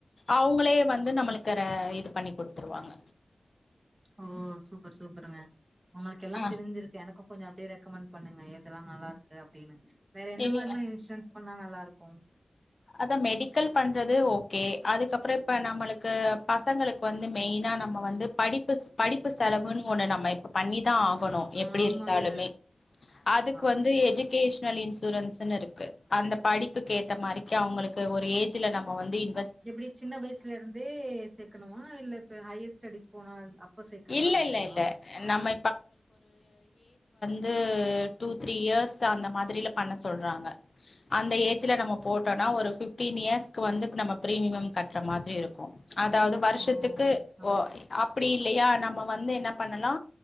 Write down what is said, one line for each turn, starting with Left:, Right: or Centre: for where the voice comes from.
Left: அவங்களே வந்து நம்மளுக்கு இது பண்ணி குடுத்துருவாங்க
Right: ஓ சூப்பர் சூப்பருங்க உங்களுக்கு எல்லாம்
Left: ஆ
Right: தெரிஞ்சிருக்கு எனக்கும் கொஞ்சம் அப்டியே ரெக்கமெண்ட் பண்ணுங்க எதெல்லா நல்லா இருக்கு அப்டின்னு வேற என்ன
Left: இல்ல
Right: மாரிலாம் இன்ஸன் சொன்னா நல்லா இருக்கும்
Left: அத மெடிக்கல் பண்றது ஓகே அதுக்கப்புறோ இப்ப நம்மளுக்கு பசங்களுக்கு வந்து மெயினா நம்ம வந்து படிப்பு படிப்பு செலவுன்னு ஒண்ணு நம்ம இப்ப பண்ணி தான் ஆகணும் எப்படி
Right: ஆமாங்க.
Left: இருந்தாலுமே அதுக்கு
Right: ஆமா.
Left: வந்து எஜிகேஷ் <unintelligible> இன்சூரன்ஸ்னு இருக்கு அந்த படிப்புக்கு ஏத்த மாரி ட்டு அவுங்களுக்கு ஒரு ஏஜ்ல நம்ம வந்து இத்
Right: இது எப்டி சின்ன வயசுல இருந்தே சேக்கணுமா இல்ல இப்ப ஹையர் ஸ்டடிஸ் போனா அப்ப சேக்கற
Left: இல்ல
Right: மாதிரி
Left: இல்ல
Right: இருக்குமா
Left: இல்ல நம்ம இது டூ த்ரீ இயர்ஸ் அந்த மாதிரில பண்ண சொல்றாங்க அந்த ஏஜ்ல நம்ம போட்டோம்னா ஒரு ந்பிப்டீன் இயர்ஸ்க்கு வந்து இப்ப நம்ம பிரீமியம் கட்ற மாதிரி இருக்கும் அதாவது வருஷத்துக்கு
Right: ஓ! அப்படி.
Left: ஓ அப் அப்படி இல்லையா நம்ம வந்து என்ன பண்ணலா